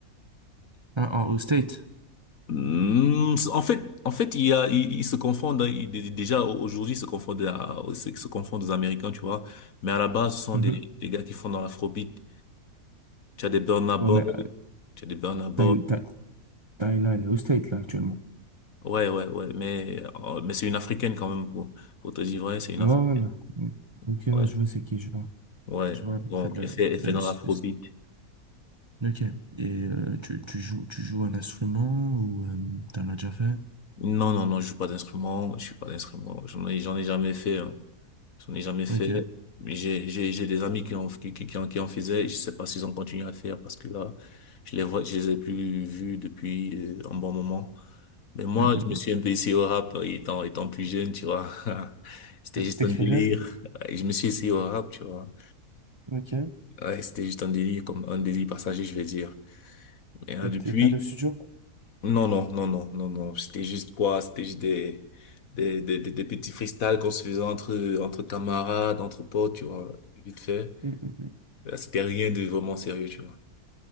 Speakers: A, on the right; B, on the left.
A: Ah, en, au State?
B: Hmm, en fait, en fait, il y a, ils, ils se confondent, hein, ils- dé- déjà au- aujourd'hui, ils se confondent, à, ils se ils se confondent aux Américains, tu vois. Mais à la base, ce sont
A: Mhm.
B: des, des gars qui font dans l'afrobeat. Tu as des Burna Boy,
A: Ouais, mais euh,
B: tu as des Burna Boy.
A: Ty- Ty- Tyla, elle est au State là actuellement.
B: Ouais, ouais, ouais. Mais, euh, mais c'est une africaine quand même, pour, pour te dire vrai, c'est une
A: Ouais,
B: africaine.
A: voilà. Ok, ouais,
B: Ouais,
A: je vois c'est qui, je vois.
B: ouais.
A: Je vois
B: Donc,
A: à peu près le,
B: elle fait, elle
A: le,
B: fait dans
A: c'est-
B: l'afrobeat.
A: Ok. Et euh, tu, tu joues, tu joues un instrument ou euh, t'en as déjà fait?
B: Non, non, non, je joue pas d'instrument, je suis pas d'instrument. J'en ai, j'en ai jamais fait. hein. J'en ai jamais fait.
A: Ok.
B: Mais j'ai, j'ai, j'ai des amis qui en, qui, qui, qui en, qui en faisaient. Je sais pas s'ils ont continué à faire parce que là, je les vois, je les ai plus vus depuis euh, un bon moment. Mais moi,
A: Mm, mm,
B: je me suis un peu essayé au rap euh, étant, étant plus jeune, tu vois. <laughs> C'était
A: mm.
B: juste
A: T'écrivais?
B: un délire. Ouais, Je me suis essayé au rap, tu vois.
A: Ok.
B: Ouais, c'était juste un délire, comme un délire passager, je vais dire. Et là,
A: Et
B: depuis,
A: t'es- t'allais au studio?
B: non, non, non, non, non, non. C'était juste quoi? C'était juste des, des, des, des, des petits freestyles qu'on se faisait entre, entre camarades, entre potes, tu vois, vite fait.
A: Mm, mm,
B: Là, C'était rien de vraiment sérieux, tu vois.